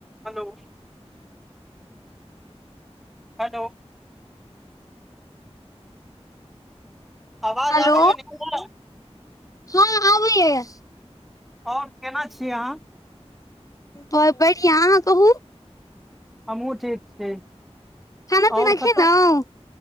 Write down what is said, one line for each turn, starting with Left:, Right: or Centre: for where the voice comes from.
Centre: हलो हेलो आवाज
Left: हेलो
Centre: आबैय निक सँ
Left: हँ आबैय
Centre: आओर केना छी अहाँ
Left: हँ बढ़िया अहाँ कहू
Centre: हमहुँ ठीक छी
Left: खाना
Centre: आओर
Left: पीना खेलहुँ
Centre: कतऽ